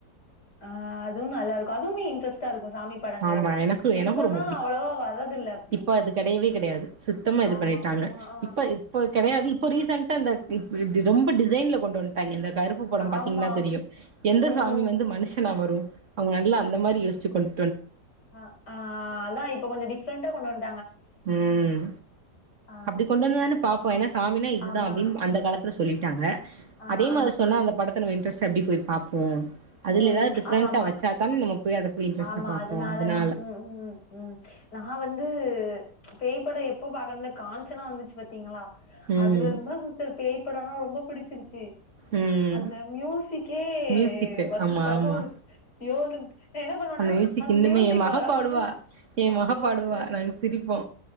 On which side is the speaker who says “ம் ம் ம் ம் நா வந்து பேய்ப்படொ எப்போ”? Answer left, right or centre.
Left